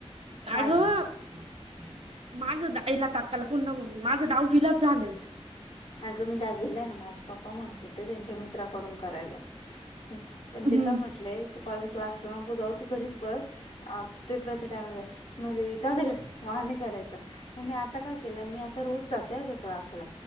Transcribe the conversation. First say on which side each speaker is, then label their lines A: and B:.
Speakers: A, on the left (about 85°); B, on the right (about 70°).
A: मायक
B: अगं माझं आईला ताकायला फोन <inaudible> ना मम्मी माझं दाव विलात झालंय.
A: अगं मी <inaudible> द्यावीला आहे ना. माझे पप्पा म्हणत होते त्यांच्या म <inaudible> पत्राकडून करायला पण
B: हम्म
A: ते का म्हटले. तू कॉलेज क्लास <inaudible> रमू जाऊ तू घरीच बस. अह पेपरच्या टाइमला मले जा तिकडे मला नाही करायचं मग मी आता काय केलं मी आता रोज जाते हां की क्लासला